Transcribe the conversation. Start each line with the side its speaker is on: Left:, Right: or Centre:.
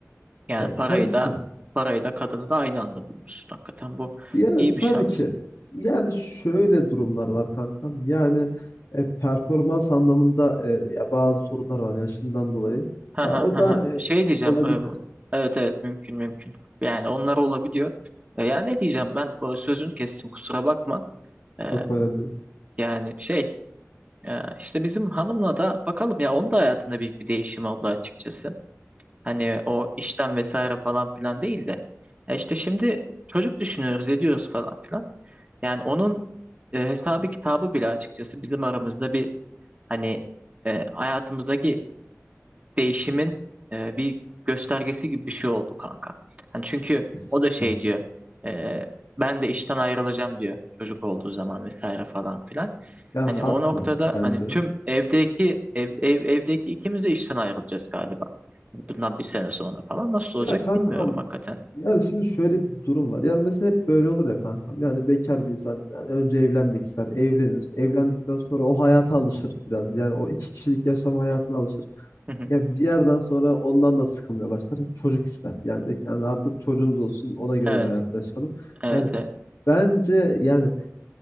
Right: Yani
Left: Ya
Right: parayı
Left: tabii
Right: da
Left: ki.
Right: parayı da kadını da aynı anda bulmuşsun. Hakikaten bu
Left: Yani
Right: iyi bir
Left: tabii
Right: şans.
Left: ki. Yani şöyle durumlar var kankam. Yani e, performans anlamında e, ya bazı sorunlar var yaşından dolayı.
Right: Ha
Left: Ya
Right: ha
Left: o
Right: ha.
Left: da
Right: ha.
Left: e,
Right: Şey diyeceğim.
Left: olabilir.
Right: e, Evet evet mümkün mümkün. Yani onlar olabiliyor. E, Yani ne diyeceğim ben bu sözünü kestim kusura bakma. E,
Left: Yok önemli. değil.
Right: yani şey e, işte bizim hanımla da bakalım ya onun da hayatında büyük bir değişim oldu açıkçası. Hani o işten vesaire falan filan değil de. E işte şimdi çocuk düşünüyoruz ediyoruz falan filan. Yani onun e, hesabı kitabı bile açıkçası bizim aramızda bir Hani e, hayatımızdaki değişimin e, bir göstergesi gibi bir şey oldu kanka. Hani çünkü
Left: Kesinlikle.
Right: o da şey diyor. e, ben de işten ayrılacağım diyor çocuk olduğu zaman vesaire falan filan.
Left: Ya
Right: Hani
Left: haklı
Right: o noktada
Left: bence.
Right: hani tüm evdeki ev, ev evdeki ikimiz de işten ayrılacağız galiba. Hani Bundan bir sene sonra falan nasıl
Left: Ya
Right: olacak
Left: kankam
Right: bilmiyorum hakikaten.
Left: yani şimdi şöyle bir durum var. Yani mesela hep böyle olur ya kankam. Yani bekar bir insan yani önce evlenmek ister, evlenir. Evlendikten sonra o hayata alışır biraz. Yani o iki kişilik yaşam hayatına alışır.
Right: Hı hı.
Left: Ya bir yerden sonra ondan da sıkılmaya başlar. Çocuk ister. Yani de ki, yani artık çocuğumuz olsun ona göre
Right: Evet,
Left: bir hayat yaşayalım.
Right: evet,
Left: Yani
Right: evet.
Left: bence yani